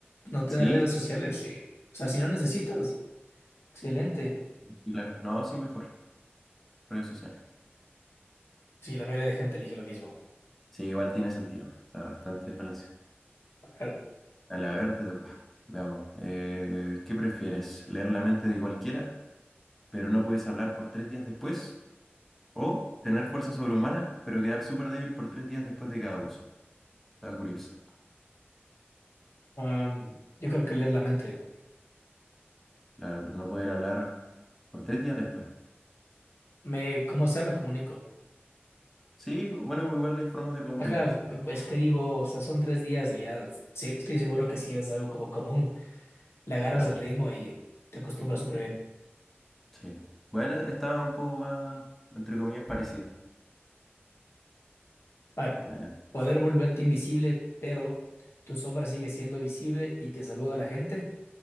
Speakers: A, on the left; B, in the centre.
A: no tener
B: Sí,
A: redes sociales,
B: sí,
A: sí. O sea, si no necesitas, excelente.
B: sí, claro. No, sí, mejor. Redes sociales.
A: Sí, la mayoría de gente elige lo mismo.
B: Sí, igual tiene sentido. Está bastante desbalanceado.
A: A ver,
B: Dale, a ver, te toca. Veamos. eh, ¿qué prefieres? ¿Leer la mente de cualquiera, pero no puedes hablar por tres días después? ¿O tener fuerza sobrehumana, pero quedar súper débil por tres días después de cada uso? Está curioso.
A: um, yo creo que leer la mente.
B: Claro, pero no poder hablar por tres días después.
A: Me, como sea, me comunico.
B: Sí, bueno, igual hay formas de comunicarse.
A: Ajá, escribo, o sea, son tres días y ya sí, estoy seguro que sí es algo como común. Le agarras
B: Claro,
A: el ritmo y te acostumbras súper bien.
B: sí. Bueno, está un poco más, entre comillas, parecida.
A: Para
B: Dale.
A: poder volverte invisible, pero tu sombra sigue siendo visible y te saluda a la gente.